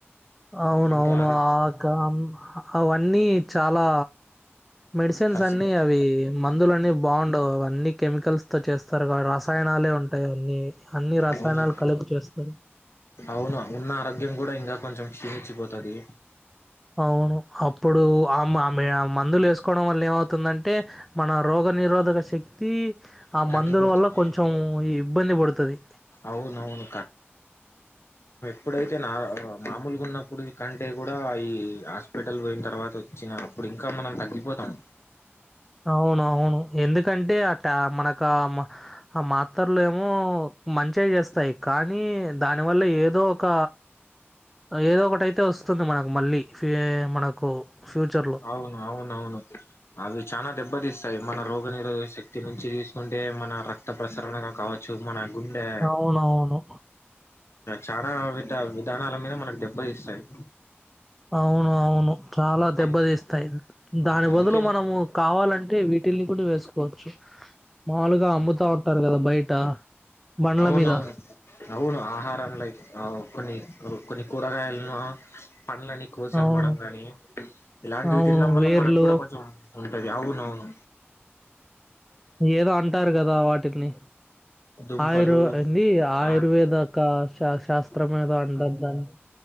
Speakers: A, in the centre; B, on the left.
A: అవునవును
B: ఎంతో ఆరో
A: ఆ క అవన్నీ చాలా మెడిసిన్స్
B: కష్టం
A: అన్నీ అవి మందులన్నీ బావుండవు అవన్నీ కెమికల్స్ తో చేస్తారు కా రసాయనాలే ఉంటాయి అన్నీ అన్ని రసాయనాలు
B: అవును
A: కలిపి చేస్తారు.
B: అవును ఉన్న ఆరోగ్యం కూడా ఇంకా కొంచెం క్షీణించి పోత్. తది
A: అవును అప్పుడు ఆమ ఆమె ఆ మందులు వేసుకోవడం వల్ల ఏమవుతుందంటే మన రోగ నిరోధక శక్తి ఆ
B: తగ్గిపోతుంది
A: మందుల వల్ల కొంచెం ఇబ్బంది పడుతది.
B: అవునవును ఇప్పుడైతే నా మామూలుగ ఉన్నప్పుడు కంటే కూడా ఈ హాస్పిటల్ పోయిన తర్వాత వచ్చిన అప్పుడు ఇంకా మనం తగ్గిపోతాం.
A: అవును అవును ఎందుకంటే అట్టా మనకు ఒక మ ఆ మాత్రలు ఏమో మంచే చేస్తాయి. కానీ దాని వల్ల ఏదో ఏదో ఒక ఏదో ఒకటైతే వస్తుంది మనకు మళ్ళీ ఫి మనకు ఫ్యూచర్‌లో.
B: అవును అవునువును అవి చానా దెబ్బతీస్తాయి మన రోగ నిరోధక శక్తి నుంచి తీసుకుంటే మన రక్త ప్రసరణగా కావచ్చు మన గుండె
A: అవునవును.
B: చానా వి తే విధానాల మీద మనకు దెబ్బతీస్తాయి.
A: అవును అవును చాలా దెబ్బతీస్తాయి
B: అన్
A: దాని
B: అందుకే
A: బదులు మనము కావాలంటే వీటిల్ని కూడా వేసుకోవచ్చు మాములుగా అమ్ముతా ఉంటారు కదా బయట బండ్ల
B: అవునవును
A: మీద
B: అవును ఆహారం లైక్ కొన్ని కొన్ని కూరగాయలను పళ్ళని కోసి
A: అవును.
B: అమ్మడం గాని ఇలాంటివి
A: అవును.
B: తినడం వల్ల
A: వేర్లు
B: మనకు కూడా కొంచెం ఉంటది అవును అవును.
A: ఏదో అంటారు కదా వాటిల్ని
B: దుంపలు
A: ఆయురూ ఏంది ఆయుర్వేదకశాస్
B: ఆ
A: శాస్త్రం ఏదో అంటారు దాన్ని